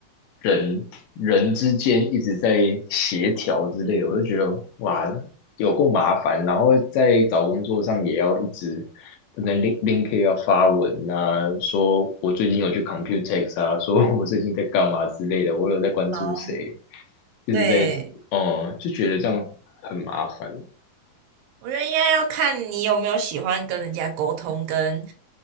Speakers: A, on the left; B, on the right.
A: 人人之间一直在协调之类的，我就觉得哇，有够麻烦。然后在找工作上也要一直可能 Link Link 要发文啊，说我最近有去 Computex 啊，说我最近在干嘛之类的，我有在关注谁，
B: 哦，
A: 一直在哦、
B: 对，
A: 就觉得这样很麻烦。
B: 我觉得应该要看你有没有喜欢跟人家沟通，跟